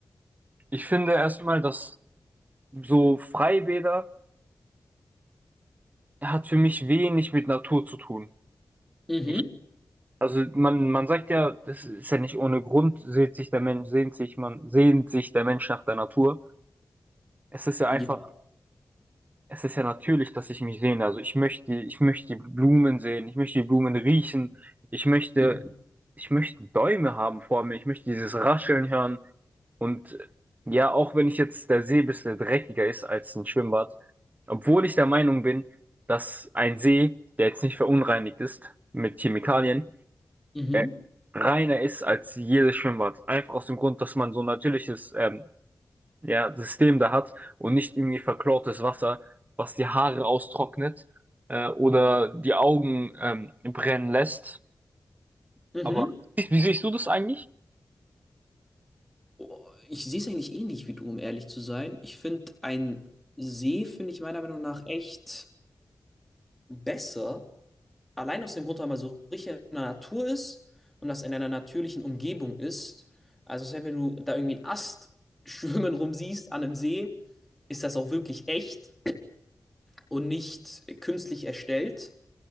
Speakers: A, on the right; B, in the centre.
A: Ich finde erstmal, dass so Freibäder hat für mich wenig mit Natur zu tun.
B: Mhm.
A: Ich, also man, man sagt ja, das ist ja nicht ohne Grund, sehnt sich der Mensch, sehnt sich man, sehnt sich der Mensch nach der Natur. Es ist ja einfach
B: Ja.
A: es ist ja natürlich, dass ich mich sehne. Also ich möchte, ich möchte die Blumen sehen, ich möchte die Blumen riechen, ich möchte,
B: Mhm.
A: ich möchte Bäume haben vor mir, ich möchte dieses Rascheln hören. Und äh, ja, auch wenn ich jetzt der See ein bisschen dreckiger ist als ein Schwimmbad, obwohl ich der Meinung bin, dass ein See, der jetzt nicht verunreinigt ist mit Chemikalien,
B: Mhm.
A: äh, reiner ist als jedes Schwimmbad. Einfach aus dem Grund, dass man so natürliches ähm, ja, System da hat und nicht irgendwie verklortes Wasser, was die Haare austrocknet äh, oder die Augen ähm, brennen lässt.
B: Mhm.
A: Aber wie wie siehst du das eigentlich?
B: Oh, ich sehe es eigentlich ähnlich wie du, um ehrlich zu sein. Ich finde, ein See finde ich meiner Meinung nach echt besser. Allein aus dem Grund, weil man so richtig in der Natur ist und das in einer natürlichen Umgebung ist. Also selbst wenn du da irgendwie einen Ast schwimmen rumsiehst an einem See, ist das auch wirklich echt. und nicht künstlich erstellt.